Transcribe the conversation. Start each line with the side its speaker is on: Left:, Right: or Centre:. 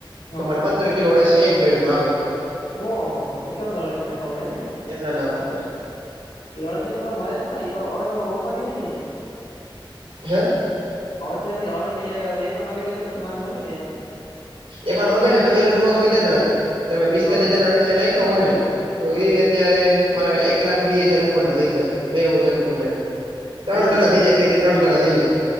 Left: હા
Right: તોરે પંદર કિલોડશે એક બેડ માં આવે.
Left: ઓહ હો એટલા બધા અળસિયા છે નાખબડે એમ ને,
Right: એટલા નાખવા પડે,
Left: અળસિયા તો પણ મરે થોડા તો હવે તો ઉપાધિ નઈ ને.
Right: હે
Left: હવે તો એમે અળસિયા એક વાર મગાવી લીધા પછી વાંધો નહી ને,
Right: એકર મંગાઈજ પછી ગ્રોથ વધ્યા જ રાખે તમે પિસ્તાલીસ
Left: હા
Right: હજારડ નાખો હોય ને
Left: હમ
Right: તો એ અત્યાર મા એક લાખ વી હાજાર રૂપણ ના થઈ ગયા ને જરૂર એમ ત્રણ
Left: હમ
Right: ગણા થઈ જાય બેથી ત્રણ ગણા થઈ જાય.